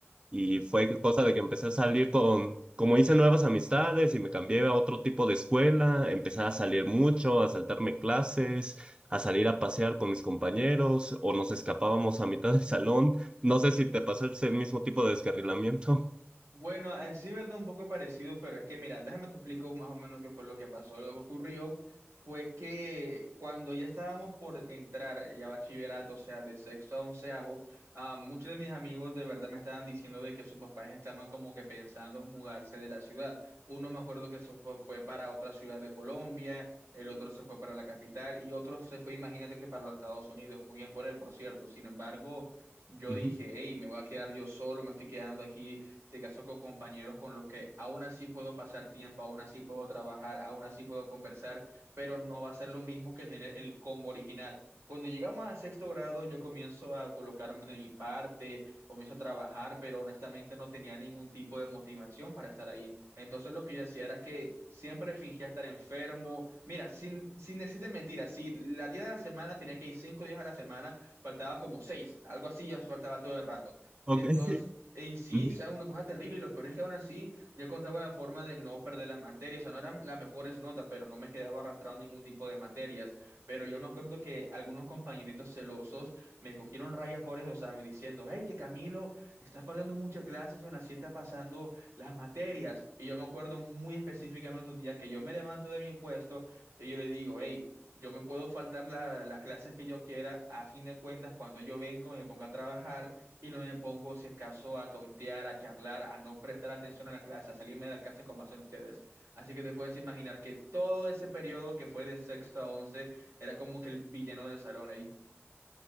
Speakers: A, on the right (about 20°); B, on the right (about 80°).
A: y fue cosa de que empecé a salir con, como hice nuevas amistades y me cambié a otro tipo de escuela, empecé a salir mucho, a saltarme clases, a salir a pasear con mis compañeros o nos escapábamos a mitad del salón. No sé si te pasó ese mismo tipo de descarrilamiento.
B: Bueno, eh, sí, verdad, un poco parecido, pero es que mira, déjame te explico más o menos qué fue lo que pasó. Lo que ocurrió fue que cuando ya estábamos por entrar eh, ya a bachillerato, o sea, de sexto a onceavo, ah, muchos de mis amigos de verdad me estaban diciendo de que sus papás estaban como que pensando mudarse de la ciudad. Uno me acuerdo que se fue, fue para otra ciudad de Colombia, el otro se fue para la capital y otro se fue, imagínate que para los Estados Unidos. Muy bien por él, por cierto. Sin embargo,
A: <laughs>
B: yo
A: Ujú.
B: dije, hey, me voy a quedar yo solo, me estoy quedando aquí se casó con compañeros con los que aún así puedo pasar tiempo, aún así puedo trabajar, aún así puedo conversar, pero no va a ser lo mismo que tener el combo original. Cuando llegamos al sexto grado, yo comienzo a colocarme de mi parte, comienzo a trabajar, pero honestamente no tenía ningún tipo de motivación para estar ahí. Entonces lo que yo hacía era que siempre fingía estar enfermo. Mira, sin, sin decirte mentiras, si la día de la semana tenía que ir cinco días a la semana, faltaba como seis, algo así, ya faltaba todo el rato.
A: Ok.
B: Entonces, y sí,
A: Ujú.
B: o sea, una cosa terrible, y lo peor es que aún así yo encontraba la forma de no perder las materias, o sea, no eran las mejores notas, pero no me quedaba arrastrado en ningún tipo de materias. Pero yo me acuerdo que algunos compañeritos celosos me cogieron raya por eso, ¿sabes? Diciendo, hey, que Camilo, estás faltando muchas clases y aún así está pasando las materias. Y yo me acuerdo muy específicamente un día que yo me levanto de mi puesto y yo le digo, hey, yo me puedo faltar la- las clases que yo quiera, a fin de cuentas, cuando yo vengo, me pongo a trabajar y no me pongo, si es caso, a tontear, a charlar, a no prestar atención a la clase, a salirme de la clase como hacen ustedes. Así que te puedes imaginar que todo ese periodo que fue de sexto a once era como que el villano del salón ahí.